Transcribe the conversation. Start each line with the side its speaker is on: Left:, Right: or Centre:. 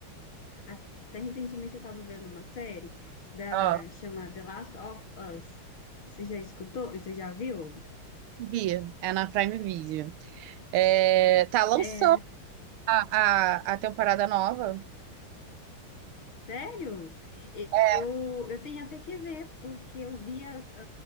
Left: Até recentemente eu estava vendo uma série da
Right: Ó,
Left: chama The Last of Us. Você já escutou? Você já viu?
Right: Bia, é na Prime Video. É, tá, lançou
Left: É,
Right: a, a, a temporada nova.
Left: Sério? E-
Right: É.
Left: Eu, eu tenho até que ver, porque eu vi as- a,